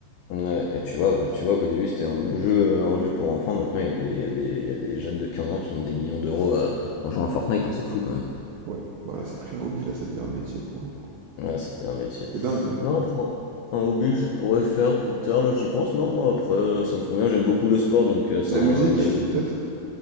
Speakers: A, on the left; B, on the right.
A: Ouais, et tu vois, bah, tu vois qu'au début c'était un jeu, un jeu pour enfants, maintenant il y a des, il y a des, il y a des jeunes de 15 ans qui ont des millions d'euros à- en jouant à Fortnite, hein, c'est fou quand même.
B: Ouais. Voilà, c'est plus un hobby, là, ça devient un métier pour eux, du coup.
A: Ouais, ça devient un métier.
B: C'est dingue. hein.
A: Non, après, un hobby je pourrais faire plus tard, là j'y pense, non, moi après ça me convient, j'aime beaucoup le sport donc euh, ça,
B: La
A: euh,
B: musique,
A: mais euh,
B: peut-être?